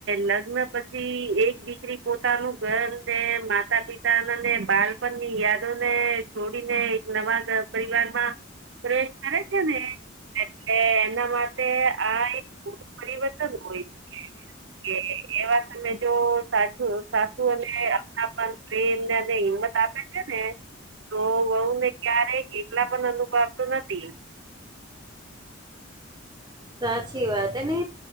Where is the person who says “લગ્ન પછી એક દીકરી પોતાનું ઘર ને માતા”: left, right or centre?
Right